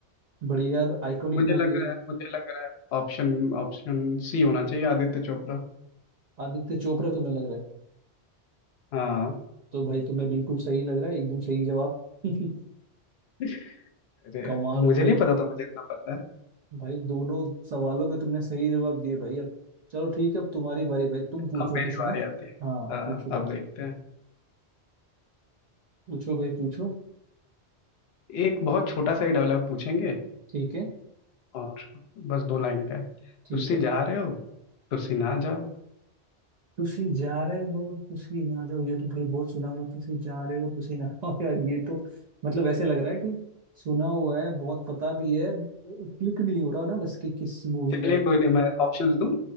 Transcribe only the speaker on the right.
बड़ी यार आइकॉनिक
मूवी
है
आदित्य चोपड़ा तुम्हें लग रहा है
तो भाई तुम्हें बिल्कुल सही लग रहा है एकदम सही जवाब <laughs>
कमाल
हो भाई
भाई दोनों सवालों के तुमने सही जवाब दिए भाई अब चलो ठीक है अब तुम्हारी बारी भाई तुम
पूछो
कुछ ना
हाँ
पूछो तुम
पूछो भाई पूछो
ठीक है
ठीक
है
तुसी जा रहे हो तुसी ना जाओ ये तो भाई बहुत सुना हुआ है, तुसी जा रहे हो तुसी ना हो <laughs> यार ये तो मतलब ऐसे लग रहा है कि सुना हुआ है बहुत पता भी है क्लिक नहीं हो रहा ना बस कि किस मूवी
का है